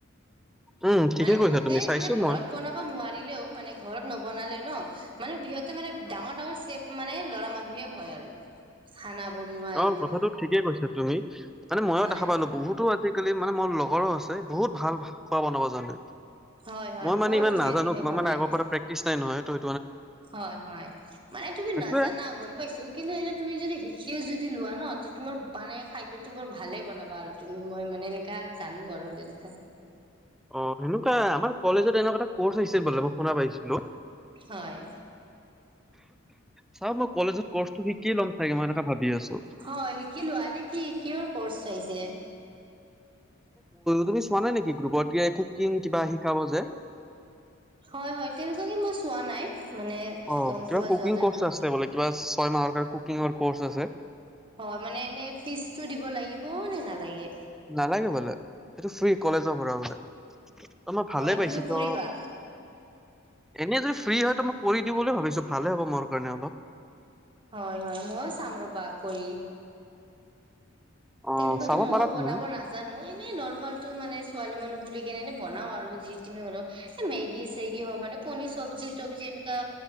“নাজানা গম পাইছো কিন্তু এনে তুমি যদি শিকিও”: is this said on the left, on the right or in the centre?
Right